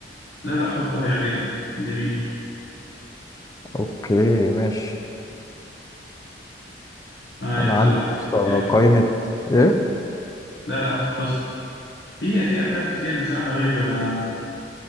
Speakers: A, on the left; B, on the left.
A: لا لا حطه هيعجبك جميل
B: اوكي ماشي
A: اه يبس-
B: انا
A: هتتبسط
B: عندي يا اسطى
A: يعني
B: قائمه ايه
A: لا لا هتتبسط في في افلام كتير بصراحه غيره انا